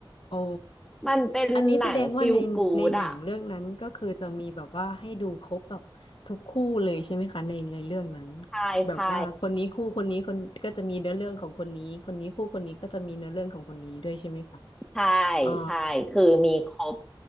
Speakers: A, on the left; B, in the centre.
A: โอ้
B: มันเป็นหนังฟีลกูดอ่ะ
A: อันนี้แสดงว่าในในหนังเรื่องนั้นก็คือจะมีแบบว่าให้ดูครบแบบทุกคู่เลยใช่ไหมคะในในเรื่องนั้น
B: ใช่ใช่
A: แบบว่าคนนี้คู่คนนี้คนก็จะมีเนื้อเรื่องของคนนี้คนนี้คู่คนนี้ก็จะมีเนื้อเรื่องของคนนี้ด้วยใช่ไหมคะ
B: ใช่
A: อ๋อ
B: ใช่คือมีครบ